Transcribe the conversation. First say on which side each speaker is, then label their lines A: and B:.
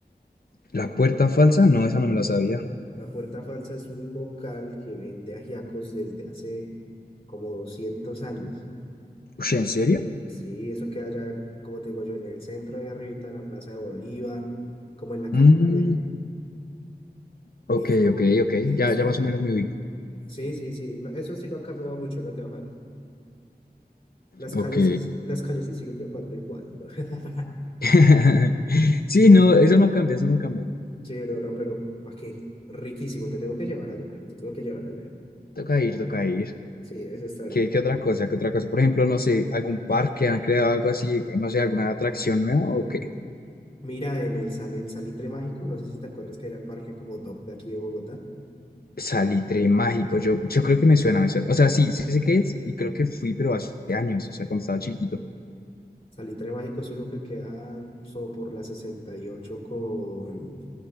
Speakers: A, on the left (about 65°); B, on the left (about 35°).
A: ¿La puerta falsa? No, esa no me la sabía.
B: La Puerta Falsa es un local que vende ajiacos desde hace como 200 años.
A: Ush, ¿en serio?
B: Sí, eso queda allá, como te digo yo, en el centro, ahí arribita de la Plaza de Bolívar, como en la Candelaria.
A: Mm, ok,
B: Eso
A: ok, ok.
B: es,
A: Ya, ya más o menos me ubico.
B: sí, sí, sí, no, eso sí lo ha cambiado mucho, no te bajes. Las
A: Ok.
B: calles, sí- las calles se siguen llamando igual, ¿no? <laughs>
A: <laughs> Sí, no, eso no cambia, eso no cambia.
B: Sí, bro, no, pero ¿para qué? Riquísimo, te tengo que llevar allá, te tengo que llevar allá.
A: Toca ir, toca ir.
B: Sí, es extrañar
A: ¿Qué,
B: restaurante.
A: qué otra cosa? ¿Qué otra cosa? Por ejemplo, no sé, algún parque han creado algo así, no sé, alguna atracción nueva o qué.
B: Mira, en el sal, en Salitre Mágico, no sé si te acuerdas que era el parque como top de aquí de Bogotá.
A: Salitre mágico, yo, yo creo que me suena, me suena. O sea, sí, sí sé qué es y creo que fui, pero hace años, o sea, cuando estaba chiquito.
B: Salitre Mágico es uno que queda so por la 68 con